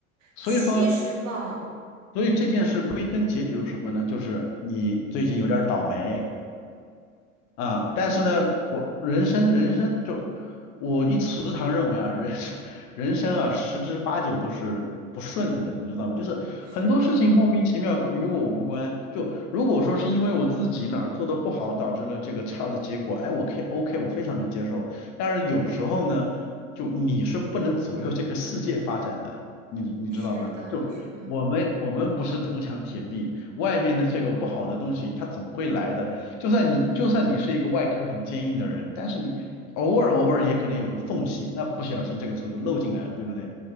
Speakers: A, on the left; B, on the right.
A: 所以说，
B: 七十磅，
A: 所以这件事归根结底是什么呢？就是你最近有点儿倒霉，啊，但是呢，
B: 嗯，
A: 我人生人生就我一时常认为啊，人生人生啊，十之八九都是不顺的，你知道吗？就是很多事情莫名其妙跟与我无关。
B: 是的，
A: 就如果说是因为我自己哪儿做的不好导致了这个差的结果，哎，我可以 OK，我非常能接受。但是有时候呢，就你是不能左右这个世界发展的，你你知道吗？
B: 是的，
A: 就我们我们不是铜墙铁壁，
B: 是的，
A: 外面的这个不好的东西它总会来的。就算你就算你是一个外壳很坚硬的人，但是你偶尔偶尔也可能有个缝隙，那不小心这个时候就漏进来了，对不对？